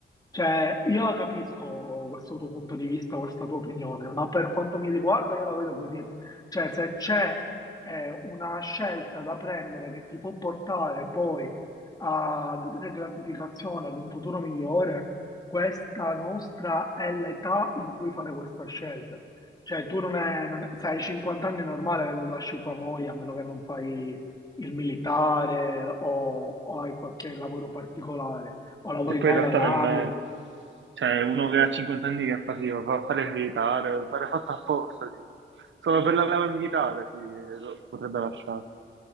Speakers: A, on the left; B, on the right.
A: Cioè, io la capisco questo tuo punto di vista, questa tua opinione, ma per quanto mi riguarda io la vedo così. Cioè, se c'è eh, una scelta da prendere che ti può portare poi a- ad avere gratificazione, ad un futuro migliore, questa nostra è l'età in cui fare questa scelta. Cioè, tu non è, non è- se hai 50 anni è normale che non lasci tua moglie, a meno che non fai il militare o, o hai qualche lavoro particolare o lavori
B: Che poi
A: nelle
B: in realtà
A: navi.
B: nemmeno. Cioè, uno che ha 50 anni che fa, sì, fa fare il militare, fare fatto apposta, sì. Solo per la leva militare, sì, lo potrebbe lasciare.